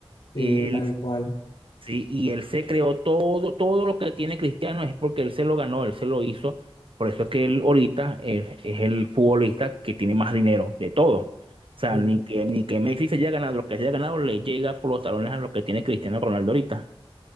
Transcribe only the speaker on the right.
Eh,
Sí, y él se creó todo, todo lo que tiene Cristiano es porque él se lo ganó, él se lo hizo. Por eso es que él ahorita es, es el futbolista que tiene más dinero de todo. O sea,
ni que, ni que Messi se haya ganado lo que se haya ganado, le llega por los talones a lo que tiene Cristiano Ronaldo ahorita.